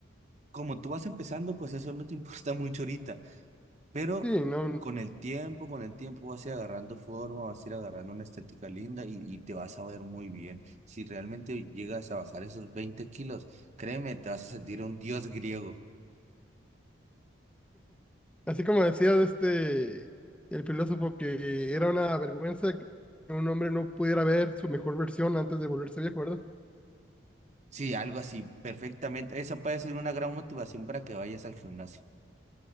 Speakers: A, on the right (about 35°); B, in the centre.
A: como tú vas empezando, pues eso no te <laughs> importa mucho ahorita. Pero
B: Sí, no.
A: con el tiempo, con el tiempo vas a ir agarrando forma, vas a ir agarrando una estética linda y, y te vas a ver muy bien. Si realmente llegas a bajar esos 20 kilos, créeme, te vas a sentir un dios griego.
B: Así como decía de este, el filósofo que era una vergüenza que un hombre no pudiera ver su mejor versión antes de volverse viejo, ¿verdad?
A: Sí, algo así, perfectamente. Esa puede ser una gran motivación para que vayas al gimnasio.